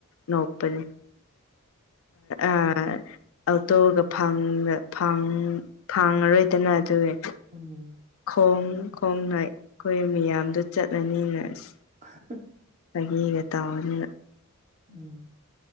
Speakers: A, on the left; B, on the right.
A: ꯅꯣꯛꯄꯅꯦ ꯑꯥ ꯑꯣꯇꯣꯒ ꯐꯪ ꯐꯪ ꯐꯥꯡꯉꯔꯣꯏ ꯗꯅ ꯑꯗꯨꯒꯤ
B: ꯎꯝ
A: ꯈꯣꯡ ꯈꯣꯡꯅ ꯑꯩꯈꯣꯏ ꯃꯤꯌꯥꯝꯗꯣ ꯆꯠꯂꯅꯤꯅ ꯑꯁ
B: <unintelligible>
A: ꯐꯒꯤꯒ ꯇꯥꯎꯅꯤꯅ
B: ꯎꯝ